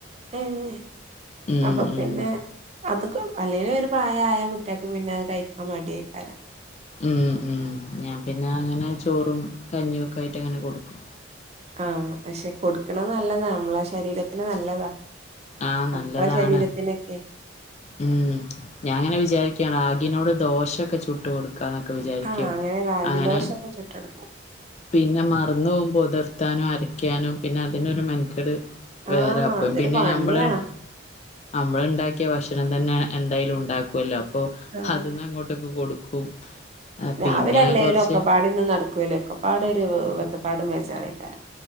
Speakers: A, on the right; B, on the left.
A: ഏഹ
B: ഉം
A: അപ്പൊ പിന്നെ
B: ഉം
A: അതൊക്കെ അല്ലേലു ഒരു പ്രായായ കുട്ടിയാക്ക് പിന്നത് കഴിക്കാ മടിയേക്കാരം
B: ഉം ഉം ഞാൻ പിന്നെ അങ്ങനെ ചോറും കഞ്ഞിയൊക്കായിട്ടങ്ങനെ കൊടുക്കും
A: ആഹ ക്ഷെ കൊടുക്ക്ണ നല്ലതാ മ്മളെ ശരീരത്തിന് നല്ലതാ
B: ആഹ്
A: മക്കളെ
B: നല്ലതാണ്
A: ശരീരത്തിനൊക്കെ
B: ഉം ഞാൻ ങ്ങനെ വിചാരിക്ക റാഗിനോട് ദോശൊക്കെ ചുട്ട് കൊടു ക്കാന്നൊക്കെ വിചാരിക്കും
A: ആഹ് അങ്ങനെ രാഗിദോശൊക്കെ
B: അങ്ങനെ
A: ചുട്ടെടുക്കാം
B: പിന്നെ മറന്ന് പോകും പൊതിർത്താനും അരക്കാനും പിന്നതിനൊരു മെൻക്കെട് വേറെ
A: ആഹ്
B: അപ്പം
A: അതൊരു
B: പിന്നെ
A: പണിയാ
B: ഞമ്മള് അമ്മള്ണ്ടാക്കിയ ഭക്ഷ ക്ഷണം തന്നെ എന്തയ്ലും ണ്ടാക്കോല്ലോ അപ്പോ
A: ആഹ്
B: അത് ന്നങ്ങോട്ടൊക്കെ കൊടുക്കും ആഹ്
A: രാവിലല്ലേലും
B: പിന്നെ കൊറച്ച്
A: ഒക്കെപ്പാടെന്നും നടക്കൂല ഒക്കെപ്പാടെരു വത്തപ്പാടും വേജാറേക്കാരം